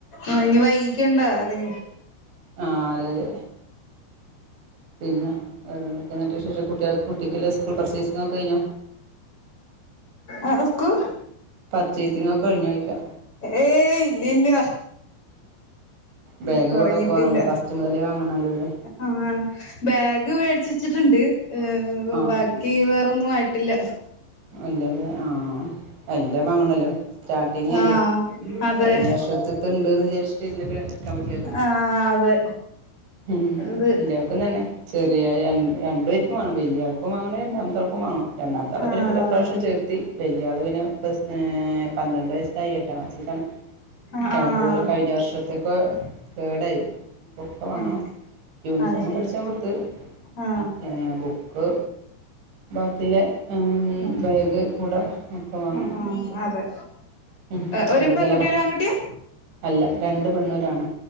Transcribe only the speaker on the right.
ആഹ് അതെ അതെ പിന്നെ വേറെന്തക്കേന്നട്ട് വിശേഷം കുട്ട്യേൾ കുട്ടിക്കെല്ലാം സ്കൂൾ പർച്ചേസിങ്ങൊക്കെ കഴിഞ്ഞോ
പർച്ചേസിങ്ങൊക്കെഴിഞ്ഞോഴിക്കാ
ബാഗ്
കൊടൊക്കെ വാങ്ങും ഫസ്റ്റ്മുതലേ വാങ്ങണല്ലോല്ലേ
ആഹ്
ഇല്ലലേ ആഹ് എല്ലംവാങ്ങണല്ലോ സ്റ്റാർട്ടിങ്ല്ലേ
കഴിഞ്ഞ വർഷത്ത്ത്തണ്ട്ന്ന് വിചാരിച്ചിട്ട് ഇരുന്നിട്ട് ഇട്ക്കാൻ പറ്റിലല്ലോ
ഉം
ഇന്ത്യാൾക്കും തന്നെ ചെറിയ ര രണ്ടു പേർക്കും വേണം വല്യാൾക്കും വാങ്ങാണെ രണ്ടാമ ത്തോൾക്കും വാങ്ങണം രണ്ടാമത്താളെ
പിന്നെ ഇപ്രാവശ്യം ചേർത്തി വല്യആള്പിന്നെ പ്ലസ് ഏ പന്ത്രണ്ട് വയസ് കയ്യട്ടെ എട്ടിൽക്കാണ്
നമുക്ക്തുപോലെ
കഴിഞ്ഞ വർഷത്തേക്ക് കേടായി ഇപ്പൊക്കെ വാങ്ങണം
യൂണിഫോമൊക്കെ
അടിച്ചാൻകൊടുത്ത്
മറ്റെ ബുക്ക് ബാക്കില്ലെ ഉ
ബാഗ് കൂടെ ഒക്കെവാങ്ങണം
ഉ
നല്ല
ചെലവാ
അല്ല രണ്ട് പെണ്ണൂരാണും